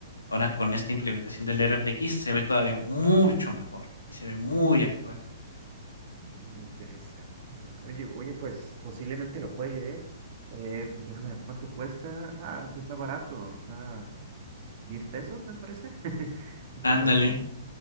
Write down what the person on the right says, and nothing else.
Mm, interesante. ¿eh? Oye, oye, pues posiblemente lo juegue, ¿eh? Eh, déjame ver cuánto cuesta. Ah, pues está barato. Está 10 pesos, me parece. <laughs>
¿Qué parece?